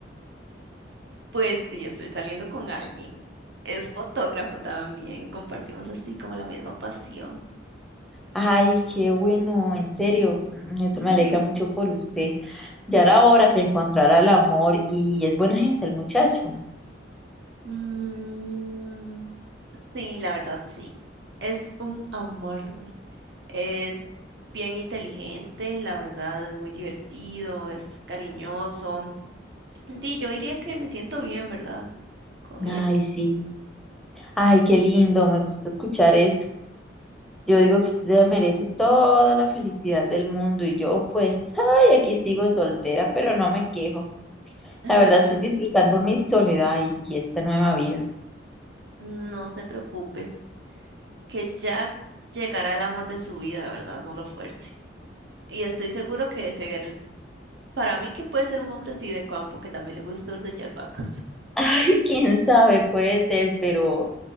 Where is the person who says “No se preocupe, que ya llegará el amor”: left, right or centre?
Right